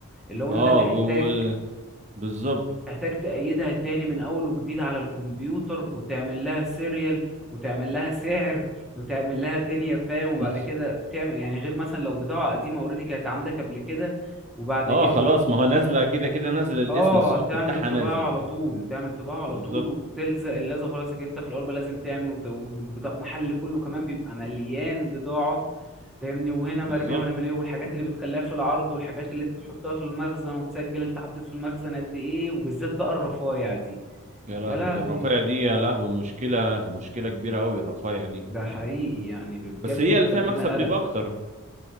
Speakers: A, in the centre; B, on the right.
A: اللي هو
B: اه
A: انت تحتاج
B: و... و... بالظبط
A: تحتاج تأيدها تاني من اول وجديد على الكمبيوتر وتعمل لها سيريال وتعمل لها سعر وتعمل لها دنيا فاهم وبعد
B: <laughs>
A: كده تعمل يعني غير مثلا لو بضاعة قديمة اوريدي كانت عندك قبل كده وبعد
B: اه
A: كده
B: خلاص ما هو نازله كده كده نازل الاسم
A: اه
B: الصنف
A: تعمل
B: بتاعها
A: طباعة
B: نازل
A: على طول تعمل طباعة على
B: بالظبط
A: طول وبتلزق اللزقة خلاص انت في الأول بقى لازم تعمل وت- وت- والبضاعة المحل كله كمان بيبقى مليان بضاعة فاهمني وهنا
B: بالظبط
A: مرمية وهنا مليان والحاجات اللي بتخليها في العرض والحاجات اللي تحطها في المخزن وتسجل انت حطيت في المخزن قد ايه وبالذات بقى الرفايع دي
B: يا لهوي
A: يا لهوي
B: ده الرفايع دي يا لهوي مشكله مشكله كبيره قوي الرفايع دي
A: ده حقيقي يعني بجد
B: بس هي
A: بتعمل
B: اللي فيها مكسب
A: لنا
B: بيبقى
A: قلق
B: اكتر